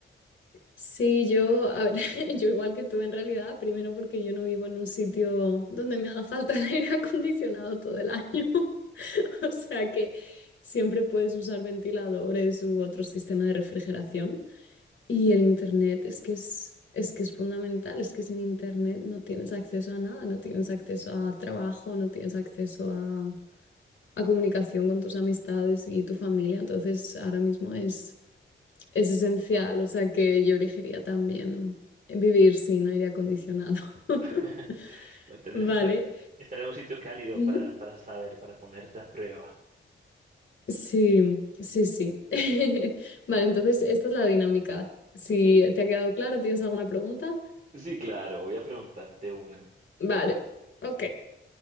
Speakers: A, on the left; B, on the right.
A: Sí, yo, a ver, <laughs> yo igual que tú en realidad, primero porque yo no vivo en un sitio donde me haga falta el aire <laughs> acondicionado todo el año, <laughs> o sea que siempre puedes usar ventiladores u otro sistema de refrigeración. Y el internet es que es, es que es fundamental, es que sin internet no tienes acceso a nada, no tienes acceso a trabajo, no tienes acceso a, a comunicación con tus amistades y tu familia. Entonces ahora mismo es, es esencial, o sea que yo elegiría también vivir sin aire acondicionado. <laughs>
B: <laughs> Pero tendrías
A: Vale.
B: que estar, estar en un sitio cálido
A: Ujú.
B: para, para saber, para ponerte a prueba.
A: Sí, sí, sí. <laughs> Vale, entonces esta es la dinámica. Si
B: ¿Ok?
A: te ha quedado claro, ¿tienes alguna pregunta?
B: Sí, claro, voy a preguntarte una.
A: Vale, ok.